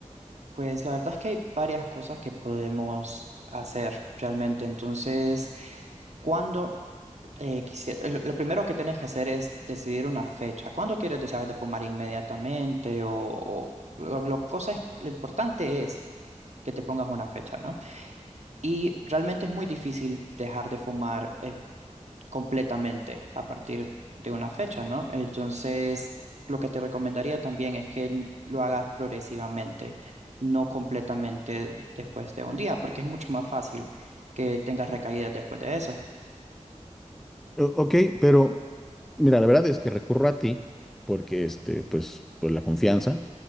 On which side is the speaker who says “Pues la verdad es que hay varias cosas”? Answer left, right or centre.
Right